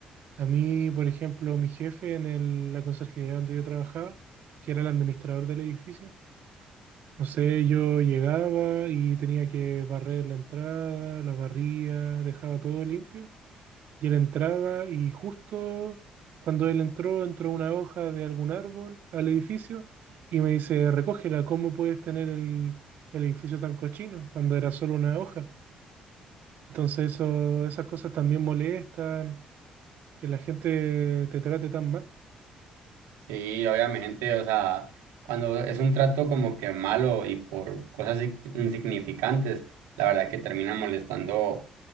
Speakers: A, on the right; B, on the right.
A: A mí, por ejemplo, mi jefe en el- la conserjería donde yo trabajaba, que era el administrador del edificio, No sé, yo llegaba y tenía que barrer la entrada, la barría, dejaba todo limpio. Y él entraba y justo cuando él entró, entró una hoja de algún árbol al edificio y me dice, recógela, ¿cómo puedes tener el, el edificio tan cochino cuando era solo una hoja? Entonces eso, esas cosas también molestan, que la gente te trate tan mal.
B: Sí, obviamente, o sea, cuando es un trato como que malo y por cosas in- insignificantes, la verdad que termina molestando